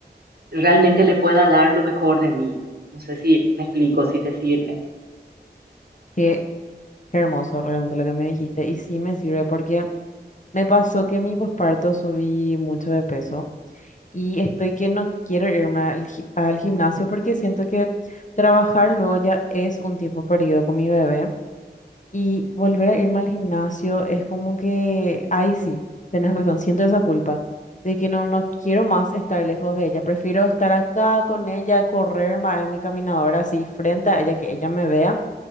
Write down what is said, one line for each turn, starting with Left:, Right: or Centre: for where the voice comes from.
Right: realmente le pueda dar lo mejor de mí. No sé si me explico, si te sirve.
Left: Qué hermoso realmente lo que me dijiste y sí me sirve porque me pasó que en mi posparto subí mucho de peso. Y estoy que no quiero irme al, gi- al gimnasio porque siento que trabajar luego ya es un tiempo perdido con mi bebé. Y volver a irme al gimnasio es como que, ay sí, tenés razón, siento esa culpa de que no, no quiero más estar lejos de ella. Prefiero estar acá con ella, correr más en mi caminadora así frente a ella, que ella me vea